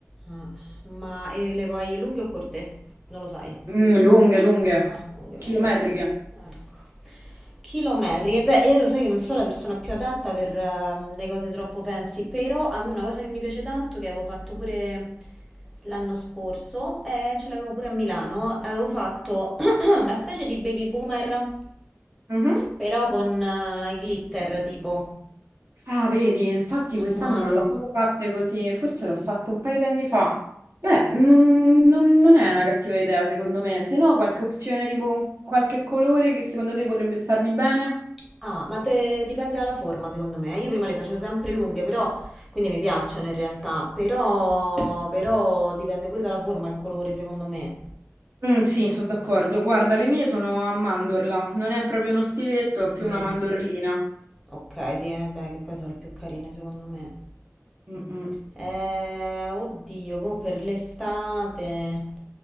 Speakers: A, in the centre; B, on the right (about 55°).
A: Ah, Ma e le vuoi lunghe o corte? Non lo sai.
B: Mm, lunghe, lunghe,
A: Ah, lunghe, lunghe.
B: chilometriche.
A: Ecco. Chilometri. E beh, io lo sai che non sono la persona più adatta per ehm, le cose troppo fancy, però a me una cosa che mi piace tanto, che avevo fatto pure l'anno scorso, e ce l'avevo pure a Milano, avevo fatto <clears throat> una specie di baby boomer,
B: Mhm.
A: però con eh, i glitter tipo
B: Ah, vedi, infatti
A: sfumato.
B: quest'anno non l'ho proprio fatte così, forse l'ho fatto un paio di anni fa. Eh, non, non- non è una cattiva idea, secondo me. Se no, qualche opzione tipo con qualche colore che secondo te potrebbe starmi bene?
A: Ah, ma te- dipende dalla forma, secondo me. Io prima le facevo sempre lunghe, però quindi mi piacciono in realtà, però, però dipende pure dalla forma, il colore, secondo me.
B: Mm, sì, sono d'accordo. Guarda, le mie sono a mandorla, non è proprio uno stiletto, è più
A: Mm.
B: una mandorlina.
A: Ok, sì, eh, beh, che poi sono le più carine, secondo me.
B: Mm, mm.
A: Eh, oddio, boh, per l'estate.